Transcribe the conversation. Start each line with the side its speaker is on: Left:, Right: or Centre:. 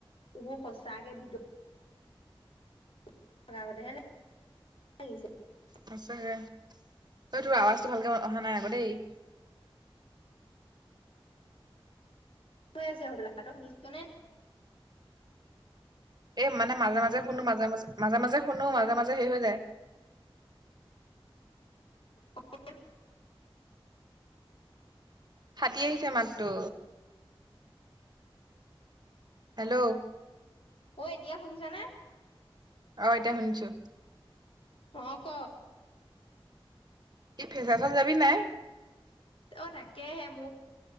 Left: বহু সচাকে ভিতৰত <unintelligible>
Right: সচাকে তই তোৰ আৱাজটো ভালকে অহা নাই আকৌ দেই।
Left: আছে হবা ত শুনিশছনে?
Right: এ মানে মাজে মাজে শুনো মাজে মাজে মাজে মাজে শুনো মাজে মাজে সেই হৈ যায়
Left: <inaudible>
Right: ফাটি আহিছে মাতটো হেল্ল'
Left: ঐ এতিয়া শুনিছ নে
Right: অ, এতিয়া শুনিছো।
Left: অ, ক
Right: ই ফেচা চল যাবি নাই
Left: অ তাকেহে মই